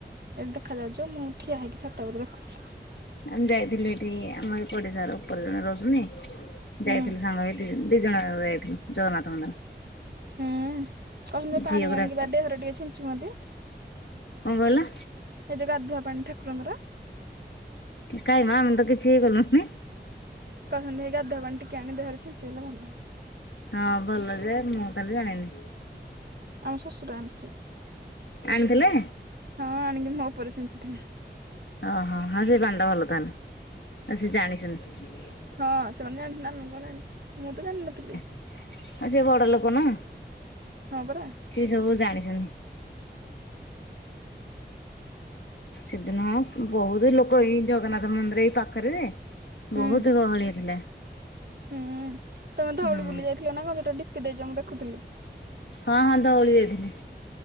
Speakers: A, on the right; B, on the left.
A: ଏ ଦେଖାଯାଉଛ ମୁଁ ଠିଆ ହେଇକି ଛାତ ଉପରେ ଦେଖୁଥି
B: ଆମେ ଯାଇଥିଲୁ ଏଠି ଆମ ଏଇ ପଡିଶାର ଉପରେ ଜଣେ ରହୁଛନ୍ତି
A: ହୁଁ
B: ଯାଇଥିଲୁ ସାଙ୍ଗ ହେଇକି ଦିଜଣ ଯାକ ଯାଇଥିଲୁ ଜଗନ୍ନାଥ ମନ୍ଦିର।
A: ହୁଁ କହିଲେ
B: ଝିଅକୁ
A: ପାଣି
B: ଡାକିକି।
A: ଆଣିକି ବା ଦେହରେ ଟିକେ ଛିଞ୍ଚୁ ଅନ୍ତି
B: କଣ କହିଲ
A: ଏ ଯଉ ଗାଧୁଆ ପାଣି ଠାକୁରଙ୍କର
B: କାଇଁ ମା ଆମେ ତ କିଛି ଗଲୁ ନି
A: କହନ୍ତି ହେ ଗାଧୁଆ ପାଣି ଟିକେ ଆଣି ଦେହରେ ଛିଞ୍ଚି ହେଲେ ଭଲ।
B: ହଁ ଭଲ ଯେ ମୁଁ ତାଲେ ଜାଣିନି।
A: ଆମ ଶଶୁର ଆଣିଥିଲେ
B: ଆଣିଥିଲେ
A: ହଁ ଆଣିକି ମୋ ଉପରେ ଛିଞ୍ଚିଥିଲେ
B: <unintelligible>
A: ହଁ ସେମାନେ ଜାଣିଛିନ୍ତି ଆମେ କଣ ଜାଣିଛି ମୁଁ ତ ଜାଣିନଥିଲି।
B: ଆ ଯେ ବଡ ଲୋକ ନା
A: ହଁ ପରା।
B: ସେଏ ସବୁ ଜାଣିଛନ୍ତି। ସେଦିନ ବହୁତୁ ଲୋକ ଏଇ ଜଗନ୍ନାଥ ମନ୍ଦିର ଏଇ ପାଖରେ ଯେ
A: ହୁଁ
B: ବହୁତୁ ଗହଳିଆ ଥିଲା।
A: ହୁଁ ତମେ ଧଉଳି
B: ହୁଁ
A: ବୁଲି ଯାଇଥିଲ ନା ମଝିରେ ଡିପି ଦେଇଛ ମୁଁ ଦେଖୁଥିଲି।
B: ହଁ ହଁ ଧଉଳି ଯାଇଥିଲି।